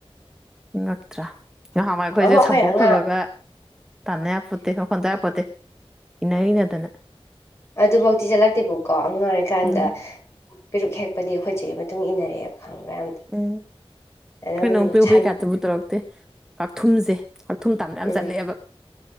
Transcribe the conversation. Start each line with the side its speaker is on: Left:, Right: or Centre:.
Centre: ꯅꯠꯇ꯭ꯔꯥ ꯉꯍꯥꯟꯋꯥ ꯑꯩꯈꯣꯏꯁꯦ
Left: ꯑꯃꯨꯛ ꯑꯩꯈꯣꯏ
Centre: ꯁꯝꯄꯣꯛ
Left: ꯑꯉꯥꯡ
Centre: ꯈꯣꯏꯕꯒ ꯇꯥꯟꯅ ꯑꯞꯄꯣꯠꯇꯦ ꯍꯈꯟꯇ ꯍꯥꯞꯄꯣꯠꯇꯦ ꯏꯟꯅ ꯍꯅꯗꯅ
Left: ꯑꯗꯨꯐꯧꯗꯤ ꯆꯠꯂꯛꯇꯦꯕꯀꯣ ꯑꯥꯡ ꯑꯣꯏꯔꯤꯀꯥꯟꯗ
Centre: ꯎꯝ
Left: ꯄꯦꯔꯨꯛ ꯍꯦꯛꯄꯗꯤ ꯑꯩꯈꯣꯏꯁꯦ ꯃꯇꯨꯡ ꯏꯟꯅꯔꯛꯑꯦꯕ ꯈꯪꯕ꯭ꯔ ꯌꯥꯝꯅ
Centre: ꯎꯝ
Left: ꯑꯗꯨꯝ
Centre: ꯐ ꯅꯧꯄꯔꯤ
Left: ꯁꯟ
Centre: ꯎꯄꯔꯤ ꯀꯌꯥꯇꯕꯨꯠꯇꯔꯣꯛꯇ ꯀꯥꯛꯊꯨꯝꯁꯦ ꯀꯥꯛꯊꯨꯝ ꯇꯥꯕ ꯌꯥꯝ
Left: ꯎꯝ
Centre: ꯆꯠꯂꯛꯑꯦꯕ